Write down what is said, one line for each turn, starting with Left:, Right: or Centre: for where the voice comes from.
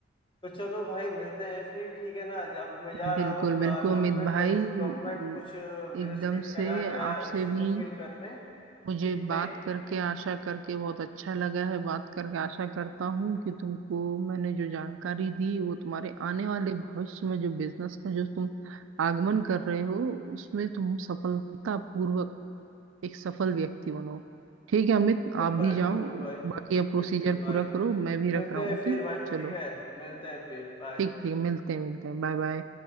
Left: तो चलो भाई मिलते हैं फिर ठीक है ना अब मैं जा
Right: बिल्कुल
Left: रहा हूँ थोड़ा
Right: बिल्कुल अमित
Left: डॉक्यूमेंट
Right: भाई
Left: वेरी डॉक्यूमेंट
Right: म,
Left: कुछ रेस्टोरेंट
Right: एकदम
Left: करा
Right: से
Left: गया
Right: आपसे
Left: है उसी को
Right: भी
Left: फिल करने
Right: मुझे
Left: ठीक भाई
Right: बात करके आशा करके बहुत अच्छा लगा है बात करके आशा करता हूँ कि तुमको मैंने जो जानकारी दी वो तुम्हारे आने वाले भविष्य में जो बिजनेस का जो तुम आगमन कर रहे हो उसमें तुम सफलता पूर्वक एक सफल व्यक्ति बनो ठीक है अमित
Left: बिल्कुल
Right: आप भी
Left: भाई
Right: जाओ
Left: बिल्कुल भाई ठीक
Right: बाकी अब प्रोसीजर
Left: ठीक
Right: पूरा
Left: भाई
Right: करो मैं भी रख
Left: मिलते
Right: रहा हूँ
Left: हैं
Right: ओके
Left: फिर भाई
Right: चलो
Left: ठीक है मिलते हैं फिर बाय
Right: ठीक ठीक मिलते हैं मिलते हैं बाय बाय